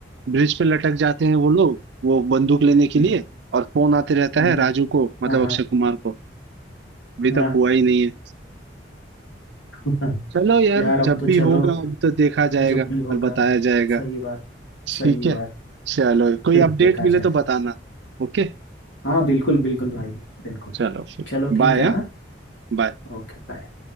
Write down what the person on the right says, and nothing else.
ब्रिज पे लटक जाते हैं वो लोग वो बंदूक लेने के
लिए और फोन आते रहता
है राजू को मतलब
अक्षय कुमार को अभी तक
हुआ ही नहीं है
चलो यार
जब
भी
होगा अब तो देखा जाएगा
और बताया जाएगा
ठीक
है
चलो कोई
अपडेट
मिले
तो बताना ओके
चलो फिर
बाय
हाँ
बाय